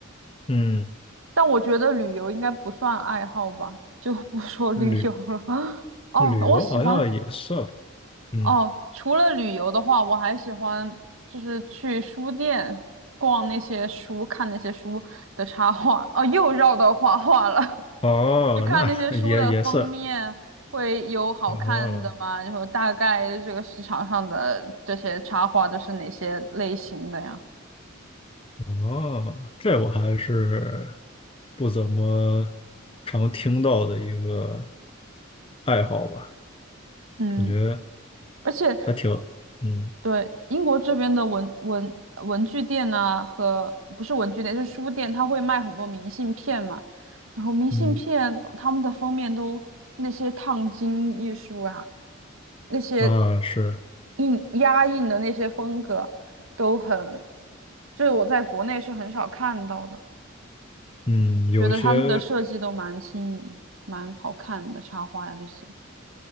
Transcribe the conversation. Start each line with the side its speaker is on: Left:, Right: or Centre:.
Left: 嗯。
Right: 但我觉得旅游应该不算爱好吧，就不说旅游了。
Left: 旅
Right: <laughs> 哦，
Left: 旅游好像也算吧，
Right: 我喜欢
Left: 嗯，
Right: 哦，除了旅游的话，我还喜欢就是去书店逛那些书，看那些书的插画。哦，又绕到画画了。
Left: 哦，
Right: 去看那些书的封面会有好看的吗？
Left: 那 <laughs> 也也算，啊，
Right: 然后大概这个市场上的这些插画都是哪些类型的呀？
Left: 哦，这我还是不怎么常听到的一个爱好吧，
Right: 嗯，
Left: 感觉
Right: 而且
Left: 还挺，嗯
Right: 对，英国这边的文文文具店呐、和不是文具店，是书店，它会卖很多明信片嘛。然后明信片他们的封面都那些烫金艺术啊，
Left: 嗯
Right: 那些
Left: 啊是，
Right: 印压印的那些风格都很，就是我在国内是很少看到的，
Left: 嗯，有些
Right: 觉得他们的设计都蛮新颖、蛮好看的插画呀、这些。